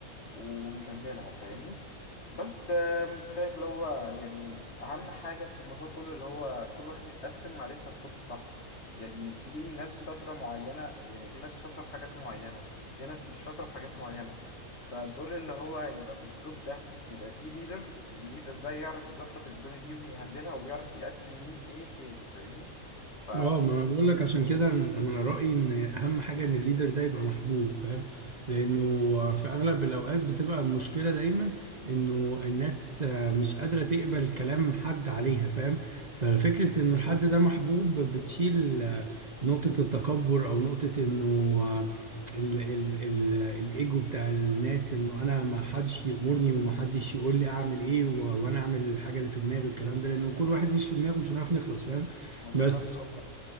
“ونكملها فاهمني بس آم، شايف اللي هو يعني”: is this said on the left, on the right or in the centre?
Left